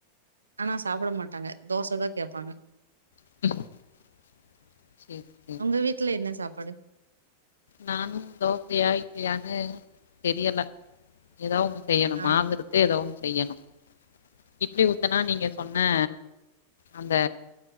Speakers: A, on the right; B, on the left.
A: ஆனா சாப்ட மாட்டாங்க தோசதா கேப்பாங்க
B: செ
A: உங்க வீட்ல என்ன சாப்பாடு
B: நானுந் தோசையா இட்லியானு தெரியல ஏதா ஒன்னு செய்யணு
A: ஆ
B: மாவிருக்கு எதா ஒன்னு செய்யணு இட்லி ஊத்தனா நீங்க சொன்ன அந்த